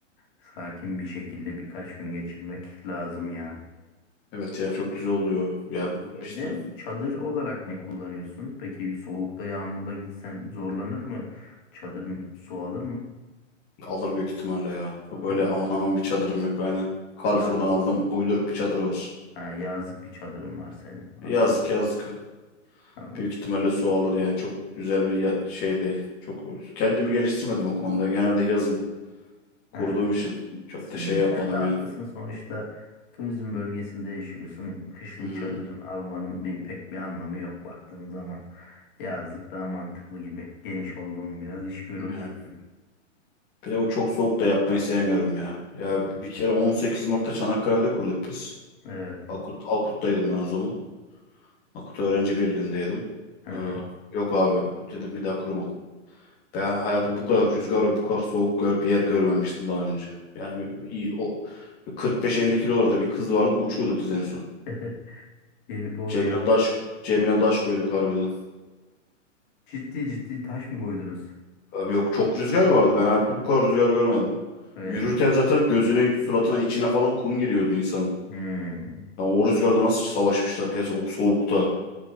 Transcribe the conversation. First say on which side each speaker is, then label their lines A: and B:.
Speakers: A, on the left; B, on the left.
A: sakin bir şekilde birkaç gün geçirmek lazım ya.
B: Evet ya çok güzel oluyor. Ya
A: Evde
B: işte
A: çadır olarak ne kullanıyorsun? Peki soğukta yağmurda gitsen zorlanır mı? Çadırın su alır mı?
B: alır büyük ihtimalle ya.
A: Alır
B: Çok öyle
A: mı?
B: aman aman bir çadırım yok aynen. Carrefour'dan
A: Yaz.
B: aldım uyduruk bir çadır var.
A: Ha, yazlık bir çadırın var senin. Anladım.
B: Yazlık yazlık
A: Anladım.
B: Büyük ihtimalle su alır yani çok güzel bir ya- şey değil. Çok kendimi geliştirmedim o konuda. Genelde yazın kurduğum
A: Evet.
B: için çok
A: Şimdi
B: da şey yapmadım
A: sen de haklısın
B: yani.
A: sonuçta turizm bölgesinde yaşıyorsun. Kışlık
B: Hmm,
A: çadırın almanın bir pek bir anlamı yok baktığın zaman. Yazlık daha mantıklı gibi. Geniş olduğun biraz iş görür
B: yani.
A: her türlü.
B: Bir de o çok soğuk da yapmayı sevmiyorum ya. Ya
A: Hı.
B: bir kere 18 Mart'ta Çanakkale'de kurduk biz.
A: Evet.
B: Akut, Akut'taydım ben o zaman. Akut Öğrenci Birliği'ndeydim.
A: Hı hı.
B: Ee, yok abi dedim bir daha kurmam. Ben hayatım bu kadar rüzgar ve bu kadar soğuk gör, bir yer görmemiştim daha önce. Yani bir- iyi, o 45-50 kilolarda bir kız vardı uçuyordu kız en son.
A: <laughs> Gelibolu'ya
B: Cebine taş cebine taş koyduk harbiden.
A: ciddi ciddi taş mı koydunuz?
B: Abi yok çok rüzgar vardı. Ben hayatımda bu kadar rüzgar görmedim.
A: Evet.
B: Yürürken zaten gözüne, suratına, içine falan kum giriyordu insanın.
A: Hmm.
B: Ya o rüzgarda nasıl savaşmışlar gerçi o soğukta.